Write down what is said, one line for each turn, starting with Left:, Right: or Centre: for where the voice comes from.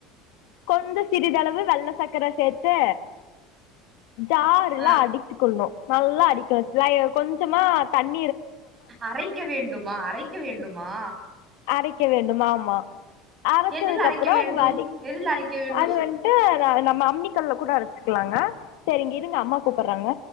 Left: கொஞ்சம் சிறிதளவு வெள்ள சர்க்கரை சேர்த்து ஜார்ல
Right: ஆ.
Left: அடிச்சு கொள்ளணும் நல்லா அடிக்க லை கொஞ்சமா தண்ணி
Right: அரைக்க வேண்டுமா அரைக்க வேண்டுமா
Left: அரைக்கவேண்டும் ஆமா அரைச்சதுக்கு
Right: எதில் அரைக்க
Left: அப்றம்
Right: வேண்டும்?
Left: அது வடி
Right: எதில் அரைக்க வேண்டும்?
Left: அது வந்ட்டு நம்ம அம்மிக்கல்ல கூட அரைச்சிக்கலாங்க சரி இருங்க அம்மா கூப்பிடுறாங்க